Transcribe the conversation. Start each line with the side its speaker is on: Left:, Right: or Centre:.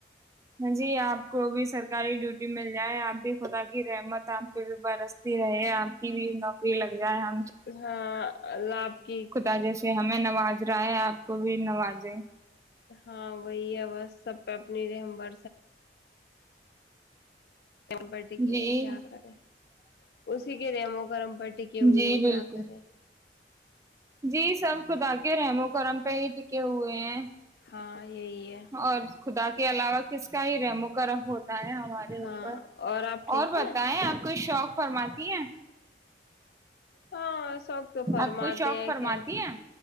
Right: جی آپ کو بھی سرکاری ڈیوٹی مل جائے آپ بھی خدا کی رحمت آپ پ بھی برستی رہے آپ کی بھی نوکری لگ جائے آ
Left: ہاں اللہ اپ کی
Right: خدا جیسے ہمیں نواز رہا ہے آپ کو بھی نوازے
Left: ہاں وہی ہے بس سب پ اپنی ر ہم با رم پر ٹکے
Right: جی
Left: ہیں کیا کرے اسی کے ریموں کرم پر ٹکے ہوئے
Right: جی
Left: ہیں
Right: بالکل
Left: کیا کرے
Right: جی سب خدا کے رحمو کرم پہ ہی ٹکے ہوئے ہیں
Left: ہاں یہی ہے
Right: اور خدا کے علاوہ کس کا ہی رحم و کام ہوتا ہے ہمارے
Left: ہاں
Right: اوپر
Left: آپ ٹھیک
Right: اور بتائیں
Left: ہے
Right: آپ کوئی شوق فرماتی ہیں
Left: ہاں شوق تو فرماتے
Right: آپ کوئی شوق
Left: ہیں
Right: فرماتی
Left: خیر
Right: ہیں